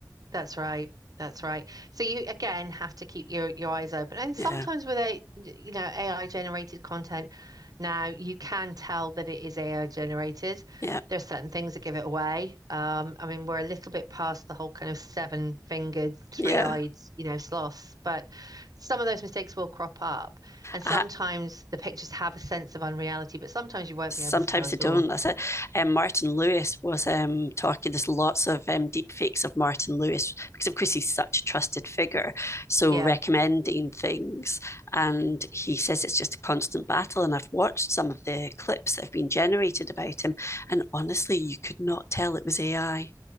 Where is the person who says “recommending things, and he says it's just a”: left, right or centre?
Left